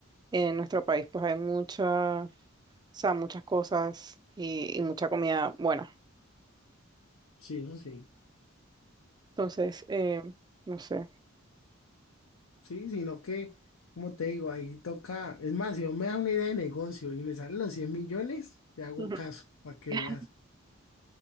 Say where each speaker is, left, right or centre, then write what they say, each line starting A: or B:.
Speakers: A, on the right; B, on the left.
A: en nuestro país pues hay muchas, o sea, muchas cosas y, y mucha comida buena,
B: Sí, eso sí.
A: entonces, eh, no sé.
B: Sí, sino que, como te digo, ahí toca. Es más, si no me das una idea de negocio y me salen los 100 millones, te hago
A: Ujú.
B: caso para que
A: <laughs>
B: veas.